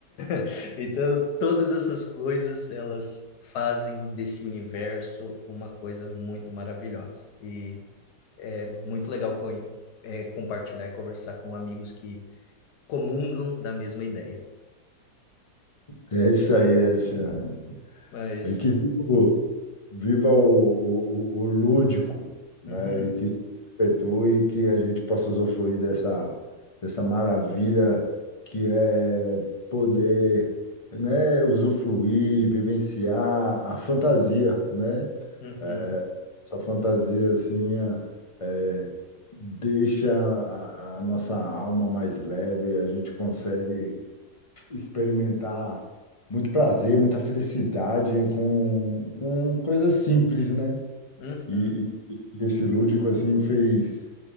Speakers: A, on the left; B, on the left.
A: <laughs> Então, todas essas coisas, elas fazem desse universo uma coisa muito maravilhosa. E é muito legal co- é, compartilhar e conversar com amigos que comungam da mesma ideia.
B: É isso aí, Alexandre.
A: Mas.
B: E que viva, viva o, o, o o lúdico, né?
A: <laughs>
B: E que se perpetue e que a gente possa usufruir dessa, dessa maravilha que é poder, né, usufruir, vivenciar a fantasia, né?
A: Uhum,
B: É,
A: uhum,
B: Essa fantasia assim é, é, deixa a, a nossa alma mais leve, a gente consegue experimentar muito prazer, muita felicidade com, com coisas simples, né?
A: uhum,
B: E, e- e esse lúdico assim fez